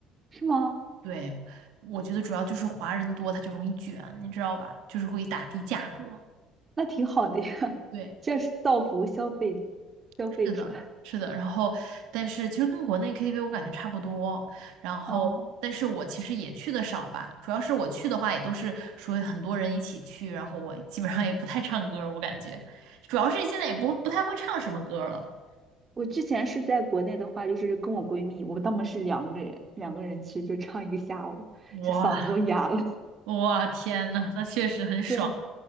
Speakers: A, on the right (about 30°); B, on the right (about 80°).
A: 是吗？
B: 对，我觉得主要就是华人多，他就容易卷，你知道吧？就是会打低价格。
A: 那挺好的呀，<laughs>
B: 对，
A: 这是造福消费消费者。
B: 是的，是的，然后但是其实跟国内 KTV 我感觉差不多，然后但是我其实也去的少吧，
A: 嗯，
B: 主要是我去的话也都是说很多人一起去，然后我基本上也不太唱歌儿我感觉主要是现在也不不太会唱什么歌儿了。
A: 我之前是在国内的话，就是跟我闺蜜，我们当时是两个人两个人去，就唱一个下午，
B: 哇
A: 就嗓子都哑了。
B: 哇天呐，那确实很爽。
A: <laughs> 对